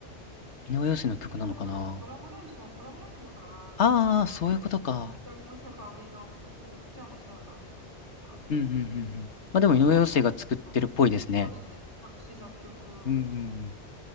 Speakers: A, on the left (about 85°); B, on the right (about 90°).
A: 井上陽水の曲なのかな
B: はいはい。コラボレーション、コラボレーションだから、
A: ああー、
B: なんかやっぱり、
A: そういうことか。
B: 持田、持田香織の曲、じゃあ持田香織の曲か。
A: うんうんうんうん。まあでも井上陽水が作ってるっぽいですね。
B: 作ったのは井上。そうですね。作詞作曲、
A: うんうんうん。